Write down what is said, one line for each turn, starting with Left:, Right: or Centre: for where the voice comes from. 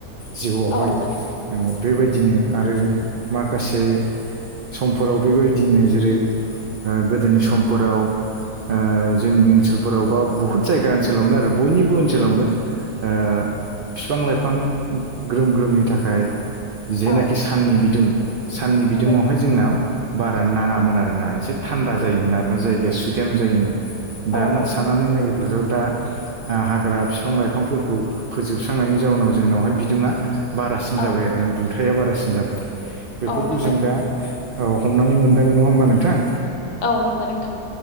Right: जिउआवहाय
Left: औ नंगौ नोंथां
Right: उम। बेबायदिनो आरो माखासे समफोराव बेबायदिनो जेरै ओ गोदोनि समफोराव उम जोंनि ओनसोलफोराव बा बहुत जायगा ओनसोलावनो आरो बयनिबो ओनसोलावनो ओ फिफां लाइफां ग्रोम ग्रोमनि थाखाय जेनाखि
Left: औ
Right: साननि बिदुं साननि बिदुङावहाय
Left: नों
Right: जोंनाव बारा नाङामोन आरोना एसे थान्दा जायोमोन आर ना जायगाया सुदेम जायोमोन।
Left: औ
Right: दान
Left: नंगौ
Right: साननानै नायोब्लाथ' दा ओ हाग्रा फिफां लाइफांफोरखौ फोजोबस्रांनायनि जाउनाव जोंनावहाय बिदुङा बारासिन
Left: औ
Right: जाबाय
Left: नंगौ
Right: आरो ना दुंथाया बारासिन जाबाय। बेफोरखौ
Left: औ नंगौ
Right: जों
Left: नोंथां
Right: दा औ हमनानै मोनदाङो नङा होमबा नोंथां।
Left: औ नंगौ नोंथां।